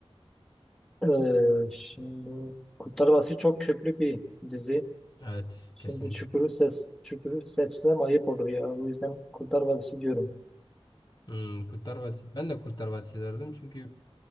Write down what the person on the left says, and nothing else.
Evet
kesinlikle.
Hmm, Kurtlar Vadisi. Ben de Kurtlar Vadisi derdim çünkü